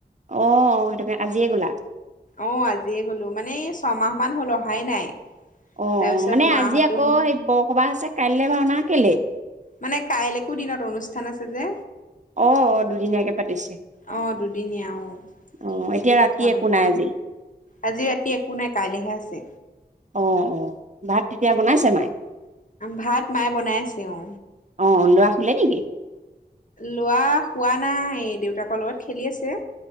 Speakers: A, on the right (about 45°); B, on the left (about 50°).
A: আহ সেইটো কাৰণে আজিয়ে গ'লা
B: অ আজিয়ে গ'লো মানে ছমাহ মান হ'ল অহাই নাই
A: অহ
B: তাৰপিছত
A: মানে
B: মাহঁতেও
A: আজি আকৌ সেই সভা আছে কাইলে ভাওঁনা কেলেই।
B: মানে কাইলৈকো দিনত অনুষ্ঠান আছে যে।
A: অ অ দুদিনীয়াকে পাতিছে
B: অহ দুদিনীয়া অ
A: অ
B: সেইটো
A: এতিয়া ৰাতি
B: কথা
A: একো
B: মানে
A: নাই আজি
B: আজি ৰাতি একো নাই কাইলেহে আছে।
A: অ অ ভাত তেতিয়া বনাইছে নাই।
B: ভাত মায়ে বনাই আছে অ।
A: অ ল'ৰা খালে নেকি।
B: লোৱা হোৱা নাই দেউতাকৰ লগত খেলি আছে।